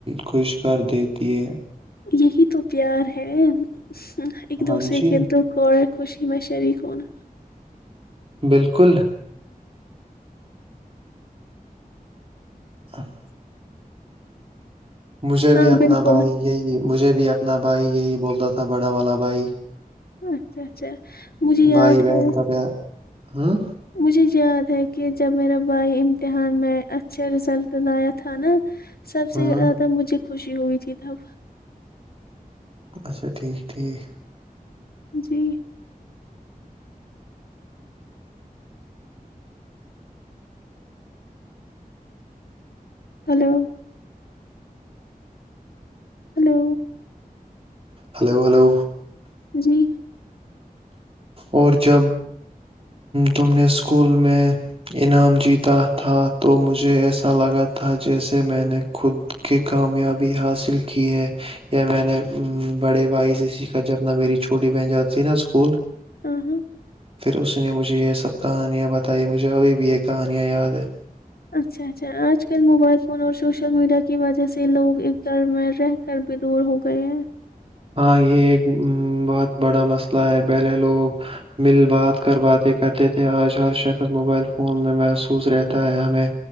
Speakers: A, on the right (about 40°); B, on the left (about 85°).
A: خوش کر دیتی ہے
B: یہی تو پیار ہے ہ ایک دوسرے
A: ہاں جی
B: کے انترکھ اور خوشی میں شریک ہوں ن
A: بالکل ا <unintelligible> مجھے
B: ہاں
A: بھی اپنا
B: بالکل
A: بھائی یہی مجھے بھی اپنا نہ بھائی یہی بولتا تھا بڑا والا بھائی
B: اچھا اچھا مجھے یاد
A: بھائی بہن
B: ہے
A: کا پیار ہوں
B: مجھے یاد ہے کہ جب میرا بھائی امتحان میں اچھا رزلٹ لایا تھا نا سب سے
A: ہوں
B: زیادہ مجھے خوشی ہوئی تھی تب
A: اچھا ٹھیک ٹھیک
B: جی ہلو ہلو
A: ہلو ہلو
B: جی
A: اور جب تم نے اسکول میں انعام جیتا تھا تو مجھے ایسا لگا تھا جیسے میں نے خود کی کامیابی حاصل کی ہے یا میں نے بڑے بھائی سے سیکھا جبنا میری چھوٹی بہن جاتی تھی نا اسکول
B: ہاں ہاں
A: پھر اس نے مجھے یہ سا سب کہانیاں بتائی مجھے ابھی بھی یہ کہانیاں یاد ہے
B: اچھا اچھا آج کل موبائل فون اور سوشل میڈیا کی وجہ سے لوگ ایک گھر میں رہ کر بھی دور ہو گئے ہیں
A: ہاں یہ ایک بہت بڑا مسئلہ ہے پہلے لوگ مل بات کر باتیں کرتے تھے آج ہر شخص موبائل فون میں محسوس رہتا ہے ہمیں